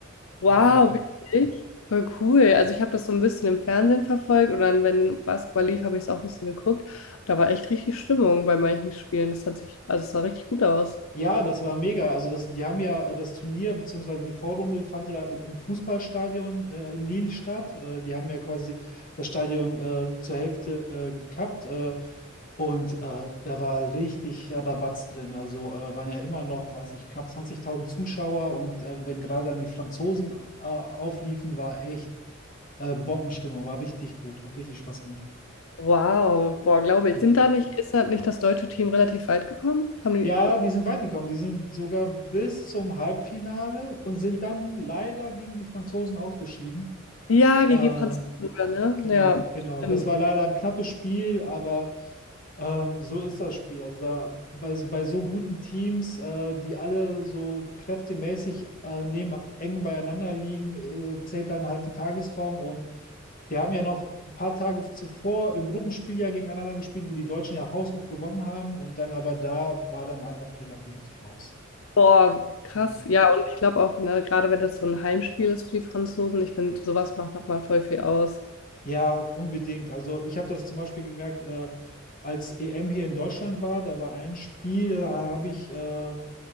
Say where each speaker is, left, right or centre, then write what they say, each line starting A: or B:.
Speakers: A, on the left; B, on the left.
A: wow,
B: Daher
A: wirklich? Voll cool. Also ich habe das so ein bisschen im Fernsehen verfolgt und dann, wenn Basketball lief, habe ich es auch ein bisschen geguckt. Da war echt richtig Stimmung bei manchen Spielen. Das hat sich, also es sah richtig gut aus.
B: Ja, das war mega. Also das, die haben ja äh, das Turnier, beziehungsweise die Vorrunde fand ja im, im Fußballstadion äh, in Lille statt. Äh, die haben ja quasi das Stadion äh, zur Hälfte äh, gekappt. Äh, und äh, da war richtig Rabatz drin. Also äh, waren ja immer noch, weiß nicht, knapp 20.000 Zuschauer. Und äh, wenn gerade dann die Franzosen äh, aufliefen, war echt äh, Bombenstimmung, war richtig gut, hat richtig Spaß gemacht.
A: Wow, boah, glaube
B: Ja.
A: ich. Sind da nicht, ist da nicht das deutsche Team relativ weit gekommen? Haben die,
B: Ja, die sind weit gekommen. Die sind sogar bis zum Halbfinale und sind dann leider gegen die Franzosen ausgeschieden.
A: ja, gegen
B: Äh,
A: die Franzosen sogar, ne?
B: Genau,
A: Ja,
B: genau.
A: stimmt.
B: Das war leider ein knappes Spiel, aber ähm, so ist das Spiel. Also da bei, bei so guten Teams, äh, die alle so kräftemäßig äh, neben, eng beieinander liegen, äh, zählt dann halt die Tagesform. Und die haben ja noch ein paar Tage zuvor im Gruppenspiel ja gegeneinander gespielt, wo die Deutschen ja haushoch gewonnen haben. Und dann aber da war dann einfach vielleicht auch die Luft raus.
A: Boah, krass.
B: Ja.
A: Ja, und ich glaube auch, ne, gerade wenn das so ein Heimspiel ist für die Franzosen, ich finde, sowas macht nochmal voll viel aus.
B: Ja, unbedingt. Also ich habe das zum Beispiel gemerkt, äh, als EM hier in Deutschland war, da war ein Spiel, da habe ich äh,